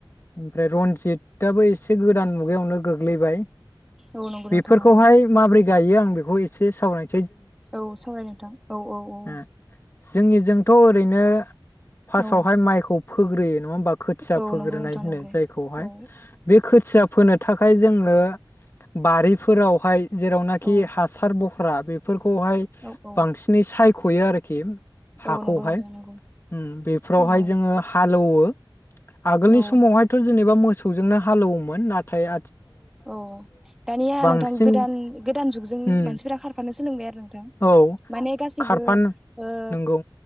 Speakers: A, on the left; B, in the centre.
A: उम आमफ्राय रनजितआबो एसे गोदान मुगायावनो गोग्लैबाय
B: औ नंगौ
A: बेफोरखौहाय
B: नोंथां नंगौ
A: माबोरै दायो आं बेखौ एसे सावराय
B: औ सावराय नोंथां औ औ औ।
A: ओ जोंनिजोंथ ओरैनो फासआवहाय
B: औ
A: माइखौ फोग्रोयो। नङा होनबा खोथिया
B: औ
A: फोग्रोनाय
B: नंगौ नोंथां
A: होनो
B: नंगौ
A: जायखौहाय
B: औ
A: बे खोथिया फोनो थाखाय जोङो बारिफोरावहाय जेरावनाखि
B: औ
A: हासार फ्रा बेफोर खौहाय
B: औ औ
A: बांसिनै सायख'यो आरो खिम हाखौहाय
B: औ नंगौ नोंथां नंगौ
A: ओम बेफोरावहाय
B: औ
A: जोङो हालौवो । आगोलनि
B: औ
A: समावहायथ' जों जेनेबा मोसौजोंनो हालौवोमोन ना थाय
B: औ दानिया
A: बांसिन
B: नोंथां गोदान गोदान जुगजों
A: उम
B: मानसिफोरा खारफानो सो लोंबाय आरो <unintelligible>
A: औ
B: माने गासिबो
A: खारफान
B: ओ
A: नंगौ